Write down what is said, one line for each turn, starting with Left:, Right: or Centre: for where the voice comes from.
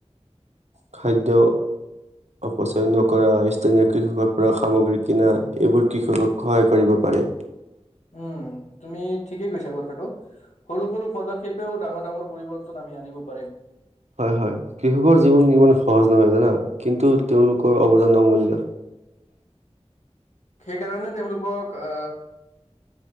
Right: খাদ্য অপচয় নকৰা, স্থানীয় কৃষকৰ পৰা সামগ্ৰী কিনা। এইবোৰ কৃষকক সহায় কৰিব পাৰি।
Left: উম, তুমি ঠিকেই কৈছা কথাটো। সৰু, সৰু পদক্ষেপেও ডাঙৰ ডাঙৰ পৰিৱৰ্তন আমি আনিব পাৰিম।
Right: হয়, হয়। কৃষকৰ জীৱন ইমান সহজ নহয় জানা। কিন্তু তেওঁলোকৰ অৱদান অমূল্য।
Left: সেইকাৰণে তেওঁলোকক অ